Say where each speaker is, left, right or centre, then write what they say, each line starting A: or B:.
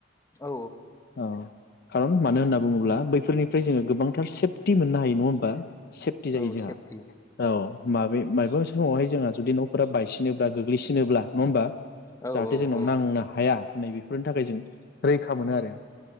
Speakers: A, on the left; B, on the left.
A: औ
B: औ खारन मानो होनना बुङोब्ला बैफोरनिफ्राय जोंङो गोबांथार सेभ थि मोननो हायो नंङा होमबा सेफटि जायो
A: औ
B: जोंहा
A: सेफटि
B: औ माबे मायबा मोनसे समावहाय जोंहा जुदि न'फोरा बायसिनोब्ला गोग्लैसिनोब्ला नंङा होमबा
A: औ
B: जाहाथे
A: औ
B: जोंनाव
A: औ
B: नांनो हाया नै बेफोरनि थाखाय जों रैखा मोनो आरो